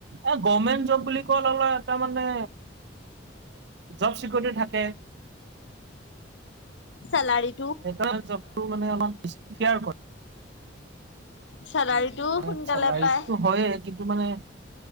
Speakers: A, on the right; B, on the left.
A: এ গভমেণ্ট জব বুলি কোৱা ল'গে ল'গে এটা মানে জব চিকিউৰিটি থাকে।
B: চেলাৰী
A: সেইকাৰণে জবটো মানে অকন বেছি <unintelligible> কৰে।
B: চেলাৰিটোও
A: উম, মানে
B: সোনকালে
A: চেলাৰীটোতো
B: পায়
A: হয়ে, কিন্তু মানে